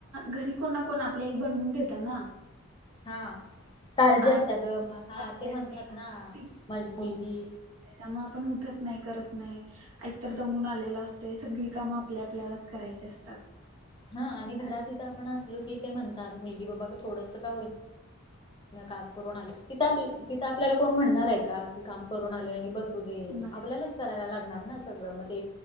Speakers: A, on the right (about 90°); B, on the left (about 20°).
A: घरी कोण ना कोण आपल्याही बनवून देतं ना.
B: हा, काळजी
A: आप
B: असते ग! म हा,
A: काळजी
B: ते म्हणतात
A: असते
B: ना, माझी मुलगी
A: त्यामुळं आपण उठत नाही, करत नाही. एकतर दमून आलेलो असतोय, सगळी कामं आपली आपल्यालाच करायची असतात.
B: हा, आणि घरात इथं आपण असलो, की ते म्हणतात, मुलगी बाबा थोडंस का होईना काम करून आली, तिथ आपल्या-तिथं आपल्याला कोण म्हणणार आहे का? की काम करून आलीये आणि बस. असुदे,
A: नाही
B: आपल्यालाच करायला लागणार ना सगळं? म ते